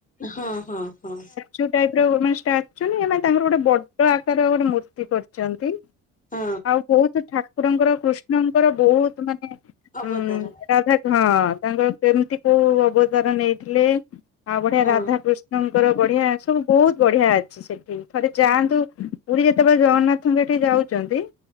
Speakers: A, on the left; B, on the left.
A: ହଁ ହଁ ହଁ।
B: ଚୁ ଟାଇପ୍ର ଓମେନଟା ଆକଚୁଆଲି ମାନେ ତାଙ୍କର ଗୋଟେ ବଡ ଆକାର ଗୋଟେ ମୂର୍ତ୍ତି କରିଛନ୍ତି।
A: ହଁ।
B: ଆଉ ବହୁତ ଠାକୁରଙ୍କର କୃଷ୍ଣଙ୍କର ବହୁତ ମାନେ
A: ଅବତାର
B: ଉ ହଁ ତାଙ୍କର କେମିତି କୋଉ ଅବତାର ନେଇଥିଲେ ଆଉ ବଢିଆ
A: ହଁ
B: ରାଧାକୃଷ୍ଣ ଙ୍କର ବଢିଆ ସବୁ ବହୁତ ବଢିଆ ଅଛି। ସେଠି ଥରେ ଯାଆନ୍ତୁ ପୁରୀ ଯେତେବେଳେ ଜଗନ୍ନାଥଙ୍କ ଏଠି ଯାଉଛନ୍ତି